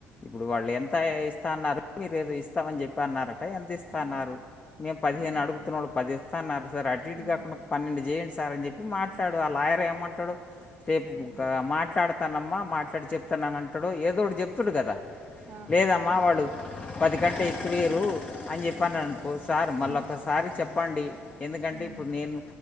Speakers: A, on the left; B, on the right.
A: ఇప్పుడు వాళ్ళు ఎం
B: హ్మ్.
A: తాయ్ ఇస్తాన న్నారు మీరేదో ఇస్తామని చెప్పి అన్నారు ఎంత ఇస్తా
B: హ్మ్.
A: అన్నారు మేము పదిహేను
B: హ్మ్.
A: అడుగుతున్న వాళ్ళు పది ఇస్తా అన్నారు సార్ అటు ఇటు
B: హ్మ్.
A: కాకుండా పన్నెండు చేయండి సార్ అని చెప్పి మాట్లాడు
B: హ్మ్.
A: ఆ లాయర్ అంటాడు రేపు
B: హ్మ్.
A: మాట్లాడుతాను అమ్మా మాట్లాడి చెప్ చెన్నా అంటాడు ఏదోడు చెప్తుడు కదా
B: అవును.
A: లేదమ్మా వాళ్ళు పది గంటే ఎక్కువేరు అని చెప్పను అన్ ఒసారి
B: హ్మ్.
A: మళ్ళ ఒకసారి చెప్ ప్పండి ఎందుకంటే
B: హ్మ్.
A: ఇప్పుడు నేను